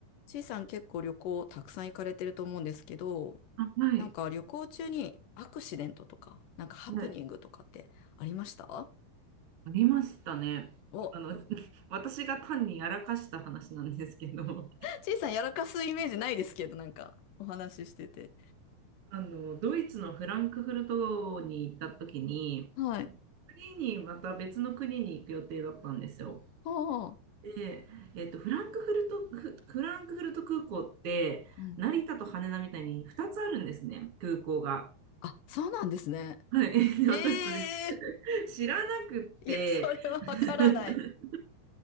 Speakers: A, on the left (about 75°); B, on the right (about 45°).
A: ちいさん結構旅行たくさん行かれてると思うんですけど、
B: あ、はい、
A: なんか旅行中にアクシデントとか、なんかハプニングとかってありました
B: はい、ありましたね。
A: お、
B: あの、<laughs> 私が単にやらかした話なんですけど、
A: ちいさんやらかすイメージないですけど、なんかお話ししてて。
B: あの、ドイツのフランクフルトに行った時に、
A: はい。
B: 次にまた別の国に行く予定だったんですよ。
A: ああ。
B: で、えっと、フランクフルト、フ、フランクフルト空港って、
A: うん。
B: 成田と羽田みたいに2つあるんですね、空港が。
A: あ、そうなんですね。
B: はい、<laughs>
A: ええー
B: で、私それ <laughs> 知らなくって、
A: いや、それはわからない。
B: <laughs>